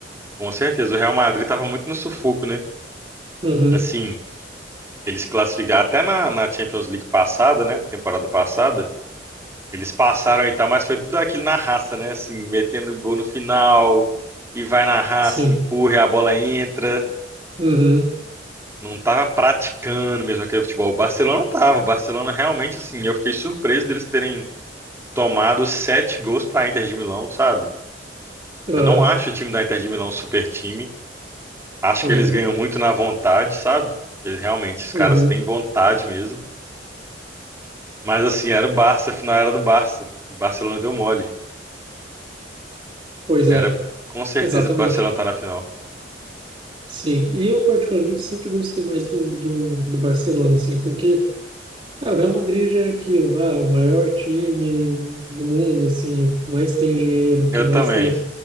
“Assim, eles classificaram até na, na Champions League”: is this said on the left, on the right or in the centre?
Right